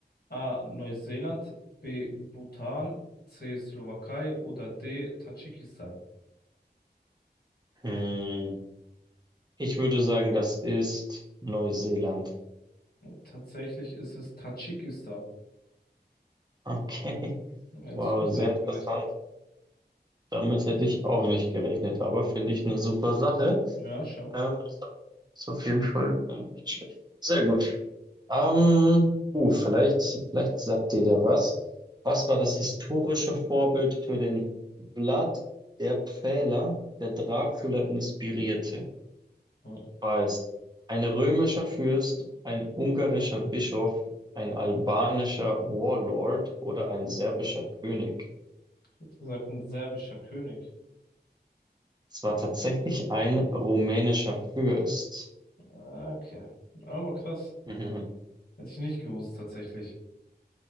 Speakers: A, on the left; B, on the right.
A: A. Neuseeland, B. Bhutan, C. Slowakei oder D. Tadschikistan?
B: Hm. Ich würde sagen, das ist Neuseeland.
A: Tatsächlich ist es Tadschikistan.
B: Okay.
A: Hätte
B: Wow,
A: ich nicht
B: sehr
A: damit
B: interessant.
A: gerechnet.
B: Damit hätte ich auch nicht gerechnet, aber finde ich eine super Sache.
A: Ja, schon.
B: Ähm, ist, ist auf jeden Fall äh, nicht schlecht. Sehr gut. Ähm, uh, vielleicht, vielleicht sagt dir der was. Was war das historische Vorbild für den Vlad der Pfähler, der Dracula inspirierte?
A: Ja.
B: War es ein römischer Fürst, ein ungarischer Bischof, ein albanischer Warlord oder ein serbischer König?
A: Hat gesagt, ein serbischer König.
B: Es war tatsächlich ein rumänischer Fürst.
A: Ah, Okay. Aber krass.
B: Mhm.
A: Hätte ich nicht gewusst, tatsächlich.